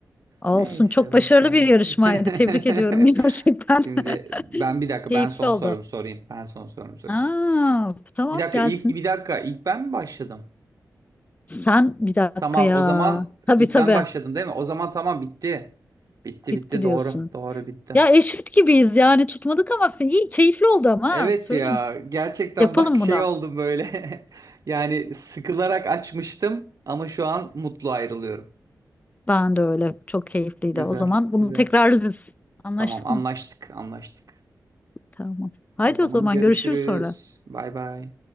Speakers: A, on the left (about 20°); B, on the right (about 55°).
A: Olsun.
B: Neyse
A: Çok başarılı
B: bakalım.
A: bir yarışmaydı.
B: <laughs>
A: Tebrik ediyorum <laughs> gerçekten.
B: Şimdi ben
A: <laughs>
B: bir dakika
A: Keyifli
B: ben son
A: oldu.
B: sorumu sorayım. Ben son sorumu sorayım.
A: Aa, tamam
B: Bir dakika
A: gelsin.
B: ilk bir dakika ilk ben mi başladım?
A: Sen bir dakika
B: Tamam
A: ya.
B: o zaman
A: Tabii
B: ilk
A: tabii.
B: ben başladım değil mi? O zaman tamam bitti. Bitti
A: Bitti
B: bitti doğru.
A: diyorsun.
B: Doğru bitti.
A: Ya eşit gibiyiz yani tutmadık ama iyi keyifli oldu ama
B: Evet
A: ha, söyleyeyim.
B: ya gerçekten
A: Yapalım
B: bak şey
A: bunu.
B: oldum böyle. <laughs> Yani sıkılarak açmıştım ama şu an mutlu ayrılıyorum.
A: Ben de öyle. Çok keyifliydi.
B: Güzel
A: O zaman bunu
B: güzel.
A: tekrarlarız. Anlaştık
B: Tamam anlaştık
A: mı?
B: anlaştık.
A: Tamam. Haydi
B: O zaman
A: o zaman
B: görüşürüz.
A: görüşürüz sonra.
B: Bay bay.